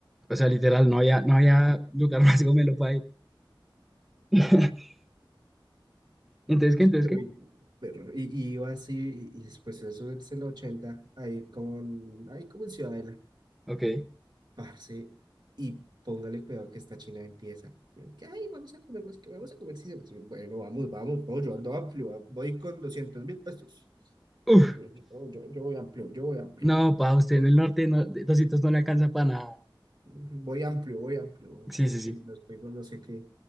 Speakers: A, in the centre; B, on the right.
A: O sea, literal, no había, no había lugar <laughs> más gomelo para ir. <laughs> ¿Entonces qué?
B: <laughs>
A: ¿Entonces qué?
B: Uy, perro, y, y iba así, y, y, pues eso es el 80 ahí con, ahí como en Ciudadela,
A: Ok.
B: Parce, y póngale cuidado que esta China empieza. Que, ay, vamos a comernos, que vamos a comer. Sí, sí, bueno, vamos, vamos, no, yo ando amplio, ah, voy con doscientos mil pesos.
A: Uf,
B: Y Yo, no, yo, yo voy amplio, yo voy amplio.
A: no, pa, usted en el norte no, 200 no le alcanza para nada.
B: Voy amplio, voy amplio. Oh, Chin,
A: Sí, sí,
B: chin,
A: sí.
B: y nos fuimos, no sé qué.